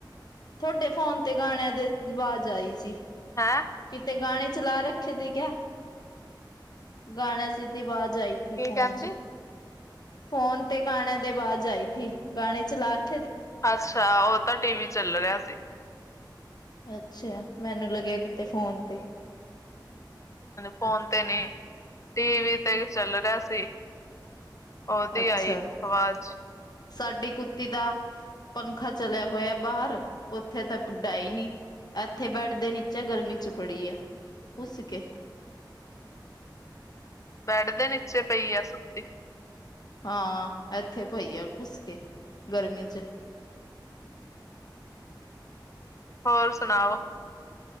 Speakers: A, on the left; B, on the left.
A: ਤੁਹਾਡੇ ਫੋਨ ਤੇ ਗਾਣਿਆਂ ਦੇ ਆਵਾਜ਼ ਆਈ ਸੀ।
B: ਹੈਂ
A: ਕਿਤੇ ਗਾਣੇ ਚਲਾ ਰੱਖੇ ਤੇ ਕਿਆ, ਗਾਣਾ ਸਿੱਧੀ ਆਵਾਜ਼ ਆਈ।
B: ਕੀ
A: ਫੋਨ
B: ਕਹਿੰਦੀ
A: ਚ, ਫੋਨ ਤੇ ਗਾਣਿਆਂ ਦੇ ਅੱਵਾਜ ਆਈ ਥੀ, ਗਾਣੇ ਚਲਾ ਕੇ
B: ਅੱਛਾ। ਉਹ ਤਾਂ ਟੀ ਵੀ ਚੱਲ ਰਿਹਾ ਸੀ।
A: ਅੱਛਾ। ਮੈਨੂੰ ਲੱਗਿਆ ਕਿਤੇ ਫੋਨ ਤੇ
B: ਫੋਨ ਤੇ ਨੀ, ਟੀਵੀ ਤੇ ਚੱਲ ਰਿਹਾ ਸੀ। ਉਹਦੀ
A: ਅੱਛਾ
B: ਆਈ ਆਵਾਜ਼।
A: ਸਾਡੀ ਕੁੱਤੀ ਦਾ ਪੰਖਾ ਚਲਿਆ ਹੋਇਆ ਬਾਹਰ, ਉੱਥੇ ਤਾਂ ਡਾ ਹੀ ਨਹੀਂ। ਇੱਥੇ ਬੈਡ ਦੇ ਨੀਚੇ ਗਰਮੀ ਚ ਪੜੀ ਐ ਘੱਸ ਕੇ।
B: ਬੈਡ ਦੇ ਨੀਚੇ ਪਈ ਆ ਸੁੱਤੀ।
A: ਹਾਂ, ਇੱਥੇ ਪਈ ਆ ਘੁਸ ਕੇ ਗਰਮੀ ਚ।
B: ਹੋਰ ਸੁਣਾਓ?